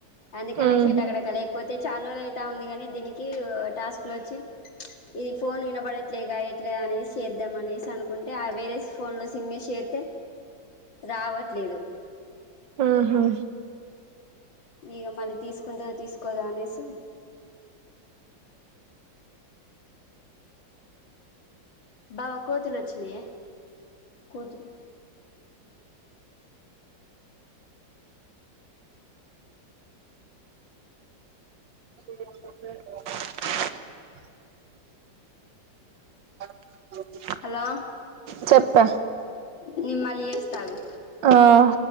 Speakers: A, on the left (about 85°); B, on the right (about 80°).
A: అందుకనే
B: ఉహు
A: సట్ అక్కడక్క లేకపోతే చాలరోజులు అయితా ఉంది కాని దీనికి టాస్క్ లు వచ్చి ఈ ఫోన్ వినబడట్లేగా ఎట్లాఅనేసి చేద్దాం అనేసి అనుకుంటే ఆ వేరే ఫోన్ లో సిమ్ఏసి చేస్తే రావట్లేదు
B: ఉహు
A: ఇగ మళ్ళీ తీసుకుంటందా తీసుకోదా అనేసి బావా కోతులు వచ్చినియే కోతులు
B: <unintelligible> <unintelligible>
A: హలో
B: చెప్ప
A: నేను మళ్ళీ చేస్తా ఆగు
B: ఆ